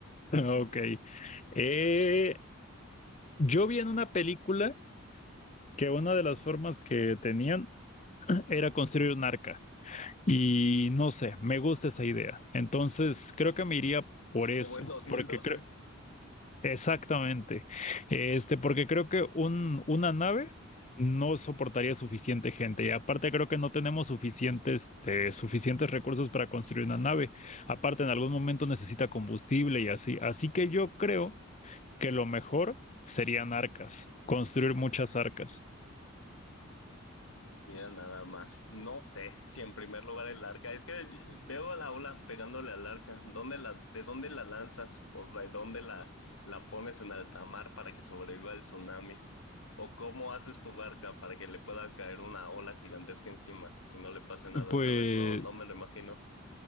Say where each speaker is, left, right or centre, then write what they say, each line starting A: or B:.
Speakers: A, on the left; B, on the left.
A: <laughs> Ok. Eh, yo vi en una película que una de las formas que tenían era construir un arca. Y no sé, me gusta esa idea. Entonces, creo que me iría por eso,
B: Como en 2012.
A: porque creo, exactamente, este, porque creo que un, una nave no soportaría suficiente gente. Y aparte, creo que no tenemos suficientes, este, suficientes recursos para construir una nave. Aparte, en algún momento necesita combustible y así. Así que yo creo que lo mejor serían arcas, construir muchas arcas.
B: Mira, nada más. No sé si en primer lugar el arca. Es que veo a la ola pegándole al arca. ¿Dónde la, de dónde la lanzas? ¿O de dónde la, la pones en alta mar para que sobreviva el tsunami? ¿O cómo haces tu barca para que le pueda caer una ola gigantesca encima y no le pase nada,
A: Pues
B: ¿sabes? No, no me lo imagino.